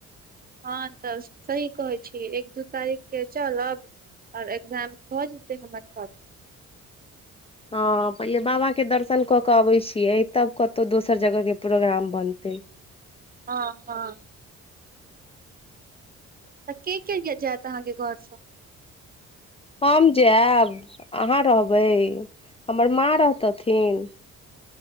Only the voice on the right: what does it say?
हँ तऽ सही कहै छी एक दू तारीखके चलब आओर एग्जाम भऽ जेतै हमर तहन
हँ हँ तऽ के के जे जायत अहाँके घरसँ